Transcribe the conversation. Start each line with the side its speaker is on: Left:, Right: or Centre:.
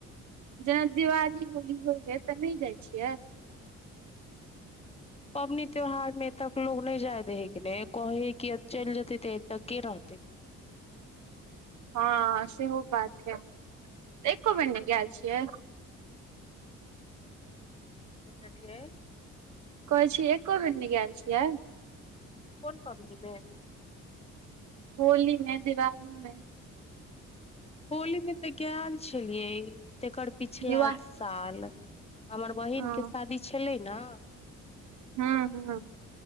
Right: जेना दिवाली होली होइ हइ तऽ नहि जाइ छियै
Left: पबनि त्यौहारमे तक लोक नहि जाय द हय कि नहि कहै हइ कि चलि जेतै तऽ एतक के रहतै
Right: हँ सेहो बात छै त एको बेर ने गेल छियै
Left: की कहलियै
Right: कहै छी एकको बेर न गेल छियै
Left: कोन पबनीमे
Right: होली मे दिवाली मे
Left: होली मे तऽ गैल छलिए। तकर पिछला
Right: दिवाली
Left: साल हमर बहिन
Right: हँ
Left: के शादी छलै। न
Right: हूं हूं।